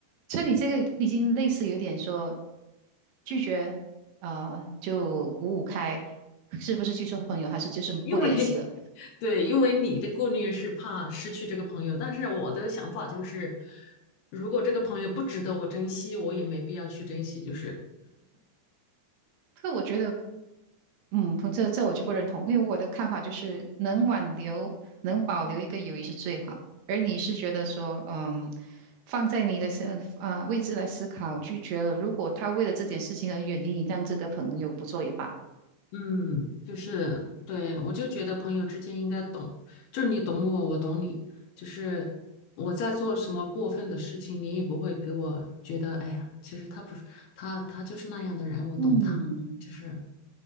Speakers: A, on the right; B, on the left.
A: 所以你这个已经类似有点说拒绝，呃，就五五开，是不是拒收朋友，还是就是不联系了？
B: 因为 <laughs> 对，因为你的顾虑是怕失去这个朋友，但是我的想法就是，如果这个朋友不值得我珍惜，我也没必要去珍惜，就是。
A: 可我觉得嗯，不，这这我就不认同，因为我的看法就是能挽留、能保留一个友谊是最好。而你是觉得说，嗯，放在你的身啊、位置来思考，拒绝了，如果他为了这件事情而远离你，让这个朋友不做也罢。
B: 嗯，就是对，我就觉得朋友之间应该懂，就是你懂我，我懂你，就是我在做什么过分的事情，你也不会给我觉得，哎呀，其实他不是他，他就是那样的人，我懂他，
A: 嗯，
B: 就是